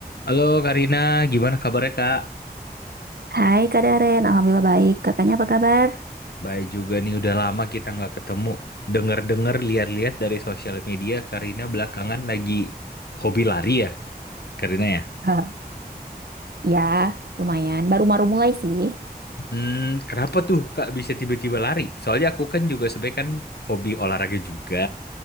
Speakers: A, on the left; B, on the right.
A: Halo Karina, gimana kabarnya Kak?
B: Hai Kak Daren, Alhamdulillah baik. Kakaknya apa kabar?
A: Baik juga nih, udah lama kita nggak ketemu. Dengar-dengar, lihat-lihat dari sosial media, Karina belakangan lagi hobi lari ya, Karina ya.
B: Eh, ya, lumayan. Baru-baru mulai sih.
A: Hmm, kenapa tuh Kak bisa tiba-tiba lari? Soalnya aku kan juga sebenarnya kan hobi olahraga juga.